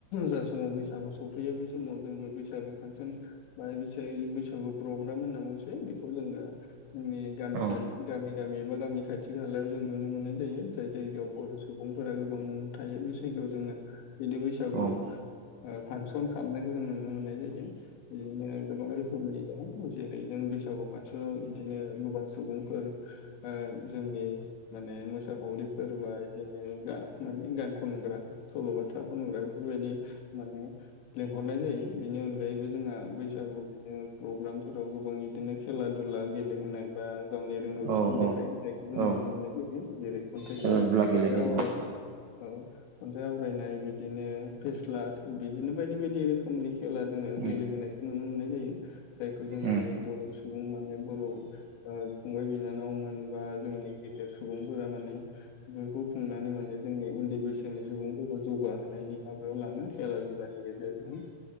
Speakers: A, on the left; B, on the right.
A: जा समाव बैसागु सफैयो बे समाव जोंबो बैसागु खानसन बा बिस बैसागुफ्राव गोदान होन्ना बेखौ जोङो जोंनि गामि
B: औ
A: गामि गामि गामि एबा गामि खाथि बे हालायाव जों नुनो मोननाय जायो जाय जायगायाव बर सुबुंफोरा गोबां थायो बे जायगायाव जोङो बिदि बैसागु
B: औ
A: ओ फांसन खालामनायखौ जों नुनो मोननाय जायो बिदिनो गोबां रोखोमनि दं जे बेजों बैसागु फांसनाव बिदिनो गोबां सुबुंफोर ओ जोंनि माने मोसाखावरिफोरबा बिदिनो माने गान खनग्रा सलबाथा खनग्रा बेफोरबायदि माने लेंहरनाय जायो बेनि अनगायैबो जों जोंहा बैसागु बिदिनो प्रग्रामफोराव गोबां बिदिनो खेला दुला गेलेहोनाय बा गावनि रोंगौथिखौ
B: औ
A: देखाय होनायखौ
B: औ
A: जों नुनो
B: औ
A: मोननाय जायो जेरै खन्थाइसो
B: खेला दुला
A: खन्थाइ
B: गेलेहैबो
A: आवरायनाय
B: औ
A: औ खन्थाइ आवरायनाय बिदिनो फेस्ला बिदिनो बायदि बायदि रोखोमनि खेला जोङो
B: उम
A: गेलेहोनाय नुनो मोननाय जायो जायखौ जोंनि
B: उम
A: बर सुबुं माने बर ओ फंबाय बिनानाव मोनबाय जोंनि गेदेर सुबुंफोरा माने बेफोरखौ खुंनानै माने जोंनि उन्दै बैसोनि सुबुंफोरखौ जौ गाहोयनि माबायाव लाङो खेला दुलानि गेजेरजों